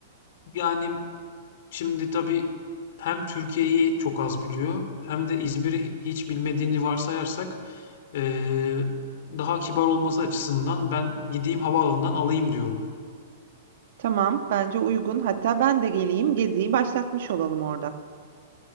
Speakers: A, on the left (about 60°); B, on the right (about 65°).
A: yani Şimdi tabii hem Türkiye'yi çok az biliyor hem de İzmir'i hi- hiç bilmediğini varsayarsak eee, daha kibar olması açısından ben gideyim havaalanından alayım diyorum.
B: Tamam, bence uygun. Hatta ben de geleyim, geziyi başlatmış olalım orada.